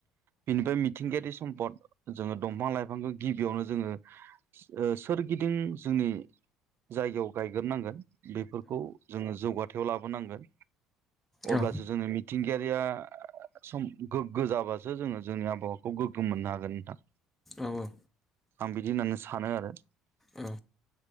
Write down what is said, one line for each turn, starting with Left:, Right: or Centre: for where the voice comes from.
Right: बिनिफ्राय मिथिंगायारि सम्पद जोंङो दंफां लाइफांखौ गिबियावनो जोंङो सोरगिदिं जोंनि जायगायाव गायग्रोनांगोन बेफोरखौ जोंङो जौगाथायाव लाबोनांगोन।
Centre: औ
Right: अब्लासो जोंङो मिथिंगायारिया सम गोग्गो जाबासो जोंङो जोंनि आबहावाखौ गोग्गो मोननो हागोन नोंथां।
Centre: औ।
Right: आं बिदि होननानै सानो आरो।
Centre: औ।